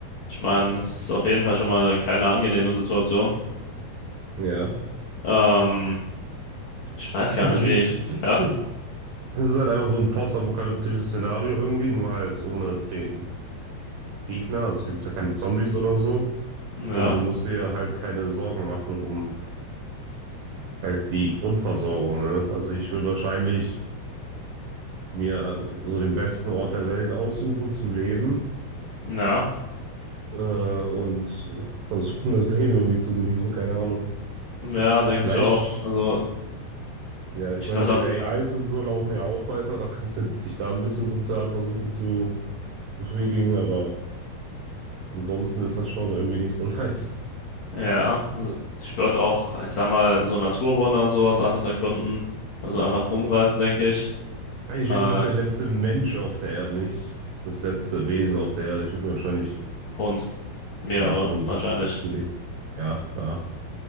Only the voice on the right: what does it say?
Ja.
Also
es
ist,
<clears throat>
es ist halt einfach so ein postapokalyptisches Szenario irgendwie, nur halt ohne den Gegner. Also es gibt ja keine Zombies oder so.
Und du musst dir halt keine Sorgen machen um halt die Grundversorgung, ne? Also ich würde wahrscheinlich mir äh, so den besten Ort der Welt aussuchen zum Leben
äh, und äh, versuchen, das Leben irgendwie zu genießen, keine Ahnung.
Vielleicht,
ja, ich
meine,
die
AIs und so laufen ja auch weiter, da kannst du dich da ein bisschen sozial versuchen zu befriedigen, aber ansonsten ist das schon irgendwie nicht so <laughs> nice.
Eigentlich,
du bist der letzte Mensch auf der Erde, nicht das letzte Wesen auf der Erde. Ich würde mir wahrscheinlich,
ja, einen Hund
zulegen. Ja, ja.